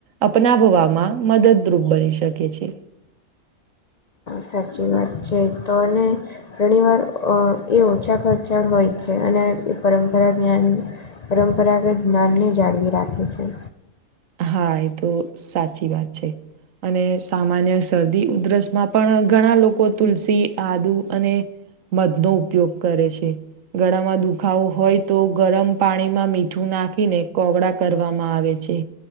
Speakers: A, on the right; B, on the left.
A: અપનાવવામાં મદદરૂપ બની શકે છે.
B: સાચી વાત છે તોને ઘણીવાર અ એ ઓછા ખચામા હોય છે અને એ પરંપરા જ્ઞાન પરંપરાગત જ્ઞાનને જાળવી રાખે છે.
A: હા એ તો સાચી વાત છે. અને સામાન્ય શરદી ઉધરસમાં પણ ઘણા લોકો તુલસી આદુ અને મધ નો ઉપયોગ કરે છે. ગળામાં દુખાવો હોય, તો ગરમ પાણીમાં મીઠું નાખીને, કોગળા કરવામાં આવે છે.